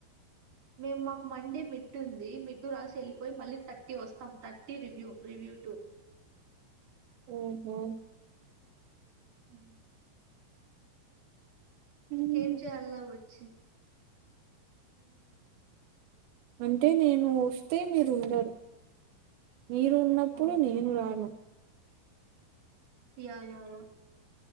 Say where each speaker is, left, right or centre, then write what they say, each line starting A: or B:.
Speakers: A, on the right; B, on the right.
A: మేము మాకు మండే మిడ్ ఉంది మిడ్డు రాసి వెళ్ళిపోయి మళ్ళీ థర్టీ వస్తాం థర్టీ రివ్యూ రివ్యూ టు
B: ఉహు
A: హ
B: మ్మ్.
A: ఇంకేం చేయల్లా వచ్చి
B: అంటే నేను వొస్తే మీరు ఉండరు మీరు ఉన్నప్పుడు
A: అవును
B: నేను రాను
A: యా.. యా..